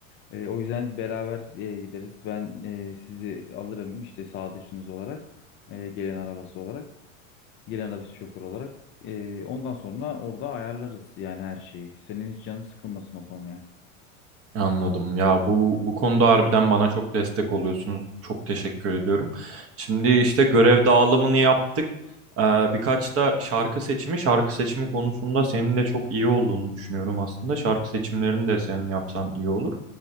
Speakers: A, on the left; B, on the right.
A: E, o yüzden beraber e, gideriz. Ben e, sizi alırım işte sağdıcınız olarak, e, gelen arabası olarak, gelen arabası şoför olarak. E, ondan sonra orada ayarlarız yani her şeyi. Senin hiç canın sıkılmasın o konuya.
B: Anladım. Ya bu bu konuda harbiden bana çok destek oluyorsunuz. Çok teşekkür ediyorum. Şimdi işte görev dağılımını yaptık. Ee, birkaç da şarkı seçimi, şarkı seçimi konusunda senin de çok iyi olduğunu düşünüyorum aslında. Şarkı seçimlerini de sen yapsan iyi olur.